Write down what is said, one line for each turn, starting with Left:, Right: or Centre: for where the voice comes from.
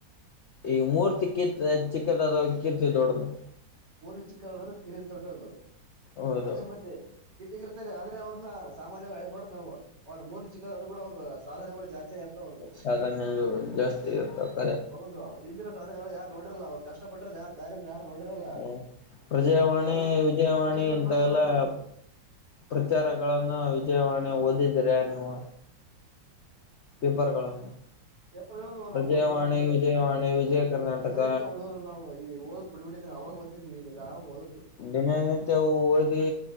Left: ಈಗ ಮೂರ್ತಿ ಕಿ ಚಿಕ್ಕದ ಅದ ಇಕ್ಕಿರ್ತಿವಿ ದೊಡ್ಡ್ದ
Right: ಊರಿ ಚಿಕ್ಕ ದೊಡ್ಡ ಕಿರ ದೊಡ್ಡದು
Left: ಹೌದು
Right: ಅದೇ ಮತ್ತೆ ಕಿಟಗಿರ್ತಾರೆ ಅದೇ <unintelligible> ಅವ್ರನ್ನ ಸಾಮಾನ್ಯವಾಗಿ ಅಳಿಬಾರಡ ನಾ ಅವ್ರ ಮೂರು ಚಿಕ್ಕದರು ಕೂಡ ಅವ್ರ <unintelligible> ಜಾಸ್ತಿ ಇರ್ತಾವ್ರು
Left: ಸಾಧನ್ ಜಾಸ್ತಿ ಇತ್ತ <unintelligible>
Right: ಹೌದ ಇಂದಿನ ಸಾಧನೆಗಳು ಯಾರು ನೋಡ್ರಲ್ಲ ಅವ್ ಕಷ್ಟ ಪಟ್ಟ್ರ ಯಾರು ದಾರ ಯಾರು ನೋಡಿರಲ್ಲ
Left: ಹ ಪ್ರಜಾವಾಣಿ
Right: ಅವ್ರು
Left: ವಿಜಯವಾಣಿ
Right: ಇಷ್ಟಿಷ್ಟೊಂದು
Left: ಇಂತ
Right: ಮಾತ್ರ
Left: ಎಲ್ಲಾ
Right: ನೋಡ್ತಾರ ಅವ್ರು
Left: ಪ್ರಚಾರಗಳನ್ನು ವಿಜಯವಾಣೆ ಓದಿದ್ದೀರಾ ನೀವು ಪೇಪರ್ಗಳನ್ನು
Right: ಪೇಪರ್ ನವು ನಾವು
Left: ಪ್ರಜಾವಾಣಿ
Right: ಓದಲ್ಲ ಅಂದ್ರೆ
Left: ವಿಜಯವಾಣಿ ವಿಜಯ ಕರ್ನಾಟಕ
Right: ದಿನನಿತ್ಯ ಓದ ನಾವು ಈ <inaudible> ಓದ್ ಬಿಡ್ಬ ಬಿಟ್ಟಿದ್ ಅವಾಗ ಓದಿದ್ವಿ ಈಗೆಲ್ಲಾ <inaudible>
Left: ದಿನನಿತ್ಯವು ಓದಿ